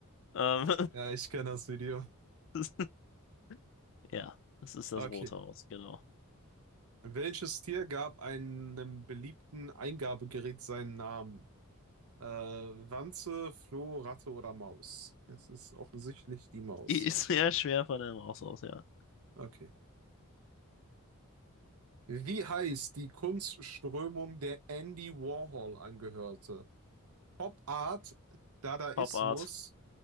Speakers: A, on the left; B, on the right.
A: Ähm,
B: Ja, ich kenne das Video.
A: <laughs> ja, es ist das
B: Okay.
A: Rote Haus, genau.
B: Welches Tier gab einem beliebten Eingabegerät seinen Namen? Äh, Wanze, Floh, Ratte oder Maus? Es ist offensichtlich die Maus.
A: Die ist sehr schwer von einem Haus aus, ja.
B: Okay. Wie heißt die Kunstströmung, der Andy Warhol angehörte? Pop Art, Dadaismus.
A: Pop Art.